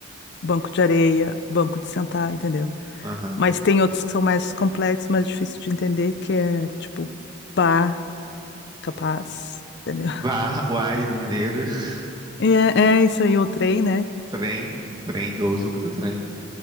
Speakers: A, on the left; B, on the right.
A: banco de areia, banco de sentar, entendeu?
B: Aham.
A: Mas tem outros que são mais complexos, mais difíceis de entender, que é tipo bar, capaz, entendeu?
B: Bar, uai do Mineiro, <laughs>
A: E é, é isso aí, o trem, né?
B: trem, trem, eu uso muito trem.